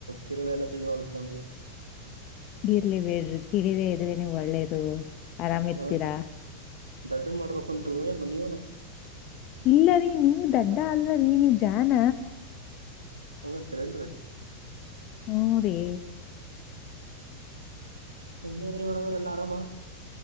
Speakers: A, on the right; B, on the left.
A: ತಿರುಳಿ ಎಲ್ಲಾ ತಿಳಿಯುವಲ್ದು ನಮ್ಗೆ
B: ಇರ್ಲಿ ಬಿಡ್ರಿ ತಿಳಿದೇ ಇದ್ರೆನೆ ಒಳ್ಳೇದು. ಆರಾಮ್ ಇರ್ತೀರಾ
A: ಹತ್ರಿ ದಡ್ ಮಾಡ್ಬೇಕಂತ ನೀವ
B: ಇಲ್ಲರಿ ನೀವ ದಡ್ಡ ಅಲ್ಲರಿ ನೀವ ಜಾಣ.
A: ಹಂಗಂತರ ಏನ್ರಿ.
B: ಹೂರೀ.
A: ನಿಂದಂದ್ರೆ ಮೇಡಂ ಅರೆ ಎಲ್ಲ ಆರಾಮ